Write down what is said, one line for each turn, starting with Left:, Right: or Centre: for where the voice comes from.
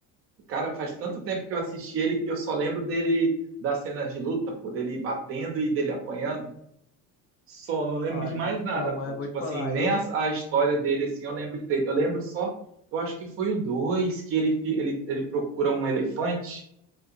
Right: O cara faz tanto
Left: E-
Right: tempo que eu assisti ele que eu só lembro dele das cenas de luta, pô, dele batendo e dele apanhando. Só não lembro
Left: Ai,
Right: de mais nada,
Left: não, mas
Right: pô.
Left: eu vou
Right: Tipo
Left: te
Right: assim,
Left: falar,
Right: nem
Left: eu,
Right: a, a história dele, assim, eu lembro direito. Eu lembro só, eu acho que foi o 2 que ele, fi- ele, ele procura um elefante.